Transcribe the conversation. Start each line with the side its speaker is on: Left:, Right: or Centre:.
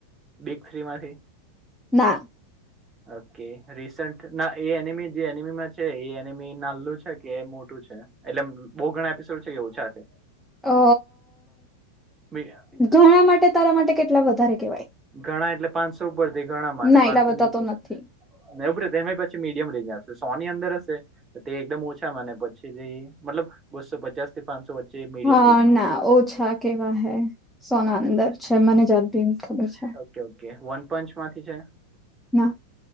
Right: બીગ થ્રી માંથી
Centre: ના
Right: ઓકે રિસન્ટ ના એ એનિમી જે એનિમીમાં છે એ એનિમી નાલું છે કે મોટું છે? એટલે બહુ ઘણા એપિસોડ છે કે ઓછા છે?
Centre: અ
Right: બે અ
Centre: ઘણા માટે તારા માટે કેટલા વધારે કેવાય?
Right: ઘણા એટલે પાંચસો ઉપર તે ઘણા માને
Centre: ના
Right: પાંચસો
Centre: એટલા બધા
Right: નીચે
Centre: તો નથી.
Right: ને ઉભરે તેમાં એ પાછી મીડિયમ રેન્જ આવશે સોની અંદર હશે તો તે એકદમ ઓછા માંને પછીથી મતલબ બસો પચાસથી પાંચસો વચ્ચે મીડિયમ
Centre: હા
Right: રેન્જમાં
Centre: ના
Right: આવશે.
Centre: ઓછા કેવા હે સોના અંદર
Right: અરે
Centre: છે મને જાતીને ખબર છે.
Right: ઓકે ઓકે વનપંચ માંથી છે?
Centre: ના